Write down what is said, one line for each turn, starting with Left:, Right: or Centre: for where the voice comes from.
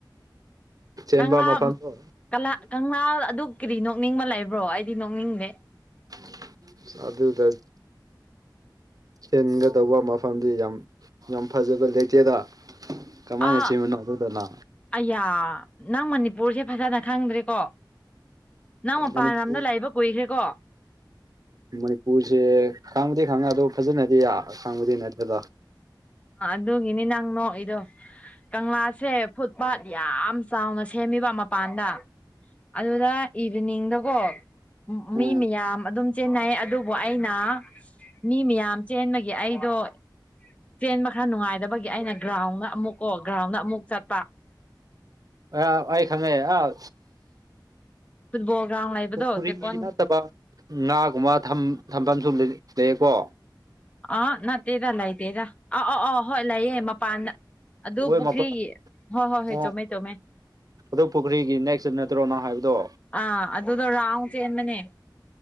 Right: ꯆꯦꯟꯕ
Left: ꯀꯪꯂꯥ
Right: ꯃꯐꯝꯗꯣ
Left: ꯀꯪꯂꯥ ꯀꯪꯂꯥ ꯑꯗꯨ ꯀꯔꯤ ꯅꯣꯛꯅꯤꯡꯕ ꯂꯩꯕ꯭ꯔꯣ ꯑꯩꯗꯤ ꯅꯣꯛꯅꯤꯡꯗꯦ
Right: <unintelligible> ꯍꯦꯟꯒꯗꯧꯕ ꯃꯐꯝꯗꯤ ꯌꯥꯝ ꯌꯥꯝ ꯐꯖꯕ ꯂꯩꯇꯦꯗ ꯀꯃꯥꯏ
Left: ꯑꯥ
Right: ꯆꯦꯃꯤꯅꯣ ꯑꯗꯨꯗꯅ
Left: ꯑꯌꯥ ꯅꯪ ꯃꯅꯤꯄꯨꯔꯁꯦ ꯐꯖꯅ ꯈꯪꯗ꯭ꯔꯤꯀꯣ ꯅꯪ ꯃꯄꯥꯟ
Right: ꯃꯅꯤꯄꯨꯔ
Left: ꯂꯝꯗ ꯂꯩꯕ ꯀꯨꯏꯈ꯭ꯔꯦꯀꯣ
Right: ꯃꯅꯤꯄꯨꯔꯁꯦ ꯈꯥꯡꯕꯗꯤ ꯈꯥꯡꯉꯗꯣ ꯐꯖꯅꯗꯤ ꯌꯥ ꯈꯥꯡꯕꯗꯤ ꯅꯠꯇꯦꯗ
Left: ꯑꯗꯨꯒꯤꯅꯤ ꯅꯣꯛꯏꯗꯣ ꯀꯪꯂꯥꯁꯦ ꯐꯨꯠ ꯄꯥꯠ ꯌꯥꯝ ꯆꯥꯎꯅ ꯁꯦꯝꯃꯤꯕ ꯃꯄꯥꯟꯗ ꯑꯗꯨꯗ ꯏꯚꯤꯅꯤꯡꯗꯀꯣ ꯃꯤ
Right: ꯎꯝ
Left: ꯃꯌꯥꯝ ꯑꯗꯨꯝ ꯆꯦꯟꯅꯩ ꯑꯗꯨꯕꯨ ꯑꯩꯅ ꯃꯤ ꯃꯌꯥꯝ ꯆꯦꯟꯕꯒꯤ ꯑꯩꯗꯣ ꯆꯦꯟ ꯃꯈꯔ ꯅꯨꯡꯉꯥꯏꯗꯕꯒꯤ ꯑꯩꯅ ꯒ꯭ꯔꯥꯎꯟꯒ ꯑꯃꯨꯛꯀ ꯒ꯭ꯔꯥꯎꯟꯗ ꯑꯃꯨꯛ ꯆꯠꯄ
Right: ꯑ ꯑꯩ ꯈꯪꯉꯦ ꯑꯥꯎ
Left: ꯐꯨꯠꯕꯣꯜ ꯒ꯭ꯔꯥꯎꯟ ꯂꯩꯕꯗꯣ
Right: ꯄꯨꯈ꯭ꯔꯤ
Left: ꯇꯦꯛꯀꯣꯟ
Right: ꯅꯠꯇꯕ ꯉꯥꯒꯨꯝꯕ ꯊꯝꯐꯝꯁꯨ ꯂꯩꯀꯣ
Left: ꯑꯥ ꯅꯠꯇꯦꯗ ꯂꯩꯇꯦꯗ ꯑ ꯑ ꯑ ꯍꯣꯏ ꯂꯩꯌꯦ ꯃꯄꯥꯟꯗ ꯑꯗꯨ
Right: ꯃꯣꯏ
Left: ꯄꯨꯈ꯭ꯔꯤꯒꯤ
Right: ꯃꯄꯜ
Left: ꯍꯣꯏ ꯍꯣꯏ ꯍꯣꯏ
Right: ꯑꯣ
Left: ꯆꯨꯝꯃꯦ ꯆꯨꯝꯃꯦ
Right: ꯑꯗꯨ ꯄꯨꯈ꯭ꯔꯤꯒꯤ ꯅꯦꯛꯁꯇ ꯅꯠꯇ꯭ꯔꯣ ꯅꯪ ꯍꯥꯏꯕꯗꯣ
Left: <inaudible> ꯑꯥ ꯑꯗꯨꯗꯣ ꯔꯥꯎ ꯆꯦꯟꯕꯅꯦ <inaudible>